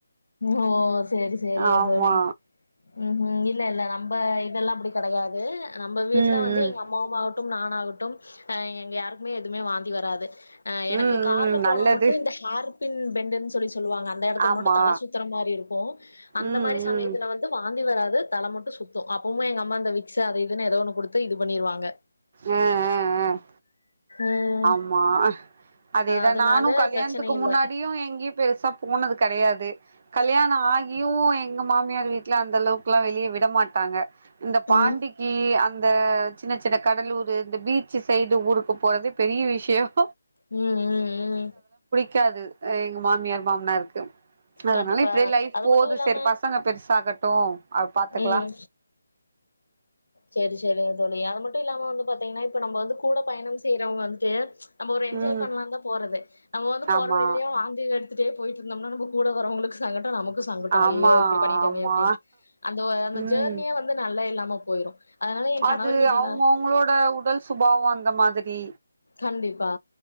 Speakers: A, on the left; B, on the right.
A: ஓ செரி செரிங்க
B: ஆமா
A: தோழி உம் உம் இரு இல்ல இல்ல நம்ம இதெல்லா அப்படி கிடையாது நம்ம வீட்டுல
B: ம்
A: வந்து
B: ம்
A: எங்க அம்மா அம்மாவட்டும் நான் ஆகட்டும் எங்க யாருக்குமே எதுவுமே வாந்தி வராது அ எனக்கு
B: ம்
A: கார்ல
B: ம் நல்லது
A: போனா மட்டும் இந்த ஆர் பின் பேண்ட்னு சொல்லி சொல்லுவங்க அந்த இடத்துல
B: ஆமா
A: மட்டும் தல சுத்தும் சுத்துற மாரி இருக்கும் அந்த
B: ம்
A: மாரி சமயத்தில்ல
B: ம்
A: வந்து வாந்தி வராது அ தலை மட்டும் சுத்தும் அப்பமே எங்க அம்மா இந்த வ விக் அதை இதுன்னு ஏதோ ஒ கொடுத்து இது பண்ணிருவாங்க
B: உம் உம் உம்
A: ம்.
B: ஆமா அதேதான்
A: அதனால
B: நானும் கல்யாணத்துக்கு
A: பிரச்சனை இல்ல.
B: முன்னாடியும் எங்கேயும் பெருசா போனது கிடையாது கல்யாணம் ஆகியும் எங்க மாமியார் வீட்டுல அந்த அளவுக்குல்லா வெளியே விட மாட்டாங்க இந்த பாண்டிக்கு
A: ம்.
B: அந் இந்த சின்ன சின்ன கடலூர் இந்த பீச்சு சைடு ஊருக்கு போறது பெரிய விஷயம்
A: உம் உம் உம்
B: காது அ எங்க மாமியார் மாமனாருக்கு அதனால
A: கண்டிப்பா.
B: இப்டியே லைஃப்
A: அது
B: போது
A: மட்டும் இல்லாம
B: செர் பசங்க பெருசாகட்டு அப் பாத்துக்லா
A: ம். சேரி சேரிங்க தோழி அது மட்டு இல்லாம வந்து பாத்தீங்னா இப்ப நம்ப வந்து கூட பயணம் செய்றவுங்க வந்துட்டு நம்ப ஒரு என்ஜாய்
B: ம்
A: பண்ணலாந்தா போறது நம்ம வந்து போற
B: ஆமா
A: வழிலே வா மிட் எடுத்துட்டே போயிட்ருந்தம்னா நம்ப கூட வரவுங்களுக்கு சங்கட்ட நமக் கு சங்கட்டொ
B: ஆமா
A: ஐயோ இப்புடி பண்ணிட்டமே
B: ஆமா
A: அப்டினு அந்த ஒ அந்த
B: ம்
A: ஜேர்னிய வந்து நல்லா இல்லா ம போயிரு அதனால என்
B: அது
A: கணவர்கிட்ட
B: அவுங்கவுங்களோட
A: நா
B: உடல் சுபாவொ அந்த மாதிரி
A: கண்டிப்பா